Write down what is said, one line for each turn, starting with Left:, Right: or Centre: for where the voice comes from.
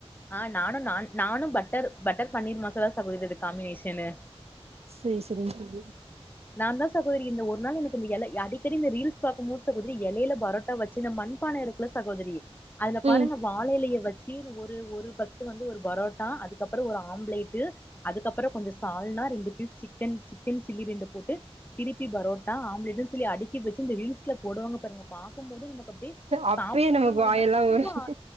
Left: ஆ நானு நான் நானு பட்டர் பட்டர் பன்னீர் மசாலா சாப்புடுறது காம்பினேஷனு
Right: சேரி செரிங் தோழி
Left: நா தா சகோதரி இந்த ஒர் நாள் எனக் இந்த எல ய அடிக்கடி இந்த ரீல்ஸ் பாக்கும்போது சகோதரி எலைல பரோட் டா வச்சு இந்த மண்பானை இருக்குல்ல சகோதரி அதுல
Right: ம்
Left: பாருங்க வாழ எலைய வச்சி ஒரு ஒரு ஃபஸ்ட்டு வந்து ஒரு பரோட்டா அதுக்கப்றோ ஒரு ஆம்லேட்டு் அதுக்கப்பறோ கொஞ்ச சால்னா ரெண்டு பீஸ் சிக்கன் சிக்கன் சில்லி ரெண்டு போட்டு திருப்பி பரோட்டா ஆம்லேட்டுன் சொல்லி அடுக்கி வச்சு இந்த ரீல்ஸ்ல போடுவாங்க பாருங்க பா க்கும்போது நமக் அப்டே
Right: அப்பயே
Left: சாப்பட்றோங்கற
Right: நமக்கு வாயெல்லா
Left: மாரி ரொம்போ
Right: ஊரும்
Left: ஆ